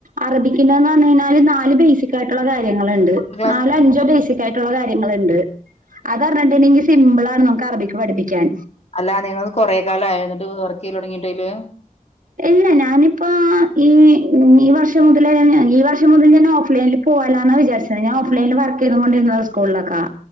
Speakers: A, on the right (about 65°); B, on the left (about 45°).
A: അറബിക്കിന്റെന്ന് പറഞ്ഞകഴിഞ്ഞാല് നാല് ബേസിക്യായിട്ടുള്ള കാര്യങ്ങള്ണ്ട്
B: ക്ലാസ്
A: നാലോ അഞ്ചോ ബേസിക് ക്കായിട്ടുള്ള കാര്യങ്ങള്ഇണ്ട് അത് അറിഞ്ഞ്ട്ട്ണ്ടെങ്കി സിമ്പിള്ആണ് നമ്മക്ക് അറബിക്ക് പഠിപ്പിക്കാൻ
B: അല്ല നിങ്ങള് കൊറെ കാലം ആയോ എന്നിട്ട് വർക്കെയുലൊടങ്ങീട്ട് അയില്
A: ഇല്ല ഞാനിപ്പ ഈ ഈ വർഷം മുതലേ ഈ വർഷം മുതൽക്ക് ഞാൻ ഓഫ് ലൈനില് പോവാലാന്നാ വിജാര്ച്ച ഞാൻ ഓഫ് ലൈനില് വർക്കെയ്ത്കോണ്ടിര്ന്നതാ സ്കൂൾലൊക്കാ